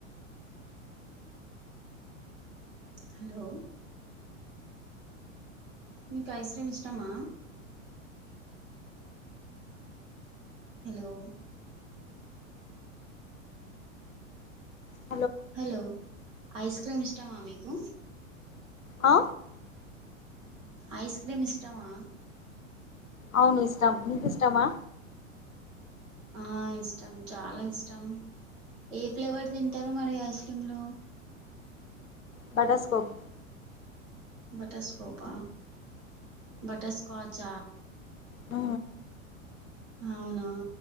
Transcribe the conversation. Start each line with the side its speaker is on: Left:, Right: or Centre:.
Right: హలో మీకు ఐస్ క్రీమ్ ఇష్టమా హలో
Left: అ
Right: హలో ఐస్ క్రీమ్ ఇష్టమా మీకు
Left: ఆ
Right: ఐస్ క్రీమ్ ఇష్టమా
Left: అవును ఇష్టం మీకు ఇష్టమా
Right: ఆ ఇష్టం చాలా ఇష్టం ఏ ఫ్లేవర్ తింటారు మరి ఐస్ క్రీమ్ లో
Left: బటర్స్కోప్
Right: బటర్ స్కోపా బటర్ స్కాచ్
Left: ఆ
Right: అవునా